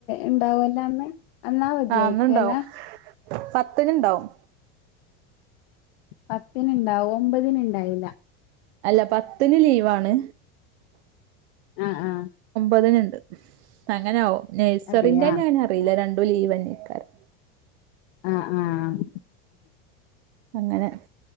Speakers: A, on the left; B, on the right.
A: ഇണ്ടാവൂല അന്ന് അന്ന് അവധിയായിരിക്കും
B: ആഹ് അന്ന്ണ്ടാവും
A: അല്ല
B: പത്തിന്ണ്ടാവും
A: പത്തിന്ണ്ടാവും ഒമ്പതിന്ണ്ടാവില്ല
B: അല്ല പത്തിന് ലീവാണ്
A: ആഹ് ആഹ്
B: ഒമ്പതിന്ണ്ട് അങ്ങനാവും നേഴ്സറിന്റെ
A: അതെയാ
B: ഇഞ്ഞെങ്ങനെ അറിയില്ല രണ്ടും ലീവന്നേക്കാരം
A: ആഹ് ആഹ്
B: അങ്ങനെ